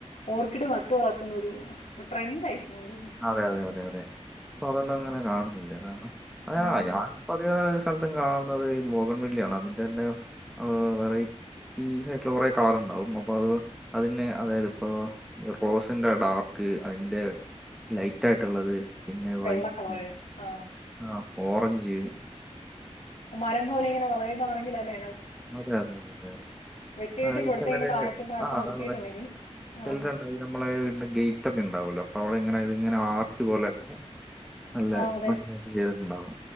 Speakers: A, on the left; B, in the centre.
A: ഓർക്കിഡ് നട്ട് വളർത്തുന്ന ഒരു ട്രെൻന്റ് ആയിരുന്നു എന്ന് തോന്നുന്നു
B: അതെ അതെ അതെ അതെ അപ്പൊ അതൊന്നും അങ്ങനെ കാണുന്നില്ല കാരണം
A: ഉം
B: ആ ഞാൻ ഇപ്പൊ <unintelligible> സ്ഥലത്തും കാണുന്നത് ഈ ബോകൻ വില്ലയാണ് അതിന്റെ തന്നെ വെറൈ <unintelligible> ആയിട്ടുള്ള കുറെ കളർ ഉണ്ടാവും അപ്പോ അത് അതിന് അതായത് ഇപ്പോ റോസിന്റെ ഡാർക്ക് അതിന്റെ ലൈറ്റ് ആയിട്ടുള്ളത് പിന്നെ
A: വെള്ള
B: വൈറ്റ്
A: കളറ് ആ
B: ആഹ് ഓറഞ്ച്
A: മരം പോലെ ഇങ്ങനെ വളരുന്നതാണെങ്കിൽ അല്ലെ
B: അതെ അതെ അതെ അതെ അതെ
A: വെട്ടി വെട്ടി
B: അത്
A: കൊടുത്ത്
B: ചിലര്
A: ഇങ്ങനെ താഴ്ത്തെ താഴ്ത്തെ
B: ആ
A: നിർത്തിയിട്ടുണ്ടെങ്കി
B: അതാ
A: ആഹ്
B: ചിലരുണ്ടായി നമ്മളെവീടിന്റെ ഗേറ്റ് ഒക്കെ ഇണ്ടാവല്ലോ അപ്പൊ അവിടെ ഇങ്ങനെ ഇതിങ്ങനെ ആർച്ച് പോലെയൊക്കെ നല്ല
A: ആഹ് അതെ
B: ഭംഗിയായിട്ട് ചെയ്തിട്ടുണ്ടാാവും